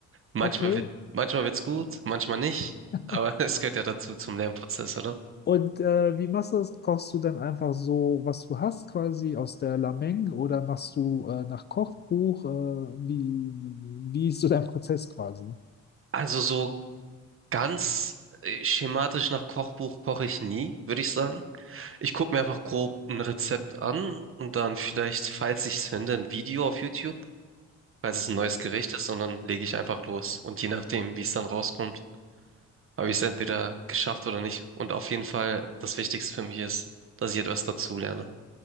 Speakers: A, on the right; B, on the left.
A: Manchmal
B: Okay.
A: wird, manchmal wird's gut, manchmal nicht,
B: <laughs>
A: aber <laughs> es gehört ja dazu zum Lernprozess, oder?
B: Und äh, wie machst du das? Kochst du dann einfach so, was du hast, quasi aus der Lameng oder machst du äh, nach Kochbuch? Äh, wie, wie ist so dein Prozess quasi?
A: Also so Ganz äh, schematisch nach Kochbuch koche ich nie, würde ich sagen. Ich gucke mir einfach grob ein Rezept an und dann vielleicht, falls ich es finde, ein Video auf YouTube, falls es ein neues Gericht ist, und dann lege ich einfach los. Und je nachdem, wie es dann rauskommt, habe ich es entweder geschafft oder nicht. Und auf jeden Fall, das Wichtigste für mich ist, dass ich etwas dazulerne.